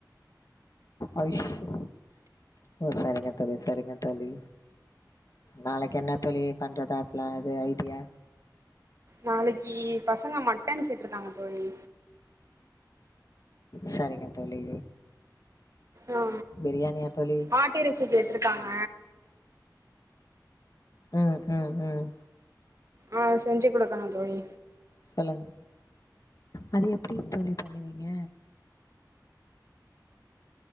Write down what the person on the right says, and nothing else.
நாளைக்கி பசங்க மட்டன் கேட்டுருக்காங்க தோழி
ஆ
ஆட்டிறைச்சி ககேட்டுருக்காங்க
ஆ செஞ்சு குடுக்கனு தோழி